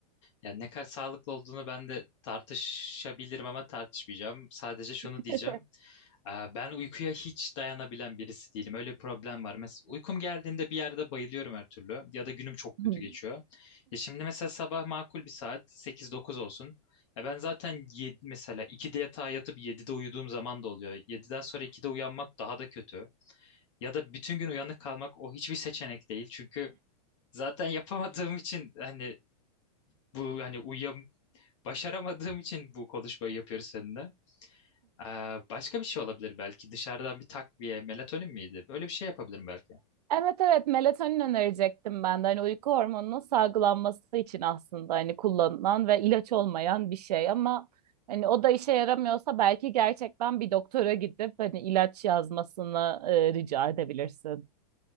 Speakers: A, on the left; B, on the right.
A: Yani ne kadar sağlıklı olduğunu ben de tartışabilirim ama tartışmayacağım. Sadece şunu
B: <laughs>
A: diyeceğim. Ee, Ben uykuya hiç dayanabilen birisi değilim. Öyle bir problem var. Mesela uykum geldiğinde bir yerde bayılıyorum her türlü. Ya da günüm çok kötü
B: Hmm.
A: geçiyor. Ya şimdi mesela sabah makul bir saat sekiz dokuz olsun. Ya ben zaten yedi mesela 2'de yatağa yatıp 7'de uyuduğum zaman da oluyor. 7'den sonra 2'de uyanmak daha da kötü. Ya da bütün gün uyanık kalmak o hiçbir seçenek değil. Çünkü zaten <laughs> yapamadığım için hani bu hani uyuyam başaramadığım için bu konuşmayı yapıyoruz seninle. Ee, başka bir şey olabilir belki. Dışarıdan bir takviye, melatonin miydi? Böyle bir şey yapabilirim belki.
B: Evet evet melatonin önerecektim ben de. Hani uyku hormonunun salgılanması için aslında hani kullanılan ve ilaç olmayan bir şey ama hani o da işe yaramıyorsa belki gerçekten bir doktora gidip hani ilaç yazmasını e, rica edebilirsin.